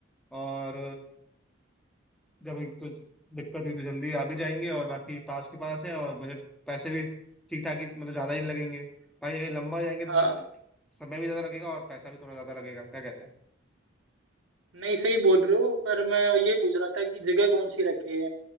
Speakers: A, in the centre; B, on the right.
A: और जब कुछ दिक्कत हुई तो जल्दी आ भी जाएंगे और बाकी पास के पास है और बजट पैसे भी ठीक ठाक ही मतलब ज़्यादा ही नहीं लगेंगे बाकी कहीं लंबा जाएंगे
B: हाँ
A: तो फिर ट- समय भी ज़्यादा लगेगा और पैसा भी थोड़ा ज़्यादा लगेगा क्या कहता है
B: नहीं सही बोल रहे हो पर मैं ये पूछ रहा था कि जगह कौन सी रखे